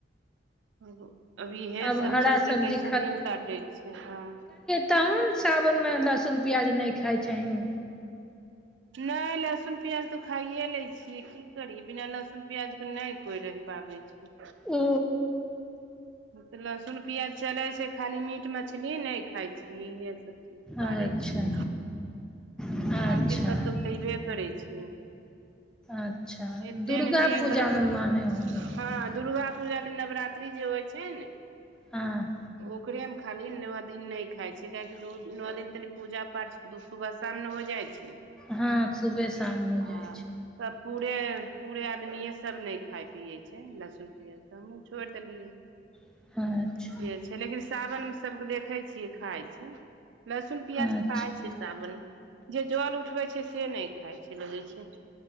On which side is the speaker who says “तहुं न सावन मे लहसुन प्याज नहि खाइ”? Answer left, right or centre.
Centre